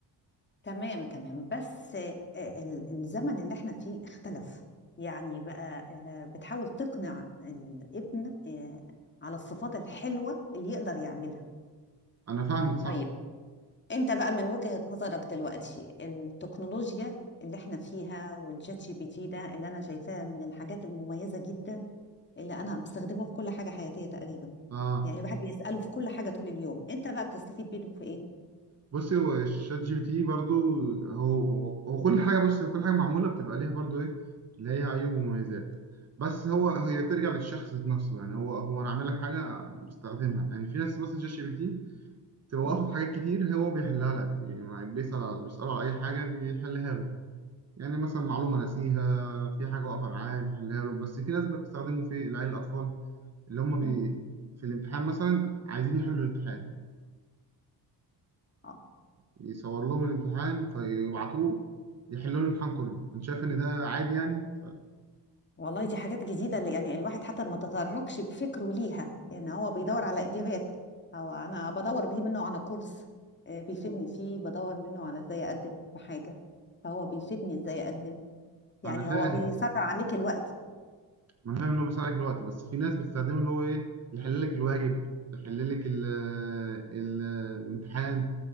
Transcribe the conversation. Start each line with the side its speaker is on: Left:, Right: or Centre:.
Left: تمام تمام بس آه، ال- الزمن اللي احنا فيه اختلف يعني بقى آه، بتحاول تقنع الابن آه، على الصفات الحلوة اللي يقدر يعملها
Right: انا فاهمك صح
Left: طيب انت بقى من وجهة نظرك دلوقتي التكنولوجيا اللي احنا فيها والشات جي بي تي ده اللي انا شايفاه من الحاجات المميزة جدا اللي انا بستخدمه في كل حاجة حياتية تقريبا
Right: اه
Left: يعني الواحد بيسأله في كل حاجة طول اليوم انت بقى بتستفيد منه في ايه؟
Right: بصي هو الشات جي بي تي برضو هو هو كل حاجه بص هو كل حاجه معموله بتبقى ليها برضو ايه اللي هي عيوب ومميزات بس هو هي ترجع للشخص نفسه يعني هو هو انا عامل لك حاجه بستخدمها يعني في ناس بس الشات جي بي تي تبقى واقفة
Left: مم.
Right: في حاجات كتير هو بيحلها لك يعني بيسأل على- بيسأله على أي حاجة بيحلها له يعني مثلا معلومة ناسيها في حاجة واقفة معاه بيحلها له بس في ناس بقى بتستخدمه في العيال الأطفال اللي هم بي
Left: مم.
Right: في الامتحان مثلا عايزين يحلوا الامتحان
Left: اه
Right: فيصور لهم الامتحان فيبعتوه يحلوا لهم الامتحان كله أنت شايف إن ده عادي يعني؟
Left: والله دي حاجات جديدة اللي يعني الواحد حتى ما تطرقش بفكره ليها يعني هو بيدور على إجابات هو أنا بدور بيه منه على كورس آه، بيفيدني فيه بدور منه على إزاي أقدم في حاجة فهو بيفيدني إزاي أقدم يعني
Right: أنا فاهم
Left: هو بيسرع عليك الوقت
Right: ما أنا فاهم إن هو بيساعدك الوقت بس في ناس بتستخدمه اللي هو إيه يحل لك الواجب يحل لك ال- ال- الامتحان